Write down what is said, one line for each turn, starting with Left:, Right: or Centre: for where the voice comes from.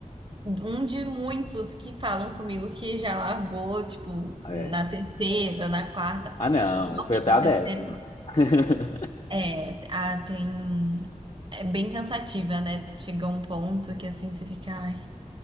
Right: um de muitos que falam comigo que já largou, tipo,
Left: É,
Right: na terceira, na quarta.
Left: Ah, não,
Right: Realmente,
Left: eu fui até a décima.
Right: a série
Left: <laughs>
Right: é, a, tem, é bem cansativa, né? Chega um ponto que assim você fica, ai,